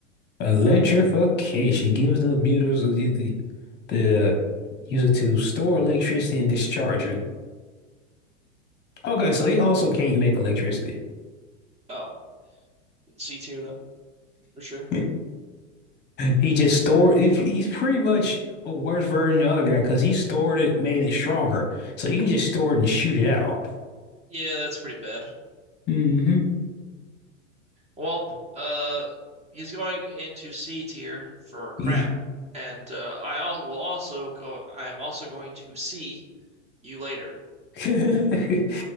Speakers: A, on the left; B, on the right.
A: Electrification
B: Uh
A: gives the abusers the, the, the user to store electricity and discharge it. Okay, so he also can't make electricity.
B: oh, C tier then for sure.
A: <laughs> He just stored if he's pretty much a worse version than the other guy because he stored it, made it stronger. So you can just store it and shoot it out.
B: Yeah, that's pretty bad.
A: hmm
B: Well, uh, he's going into C tier for crap,
A: <laughs> Oh
B: and uh, I al will also go. I am also going to see you later,
A: yeah,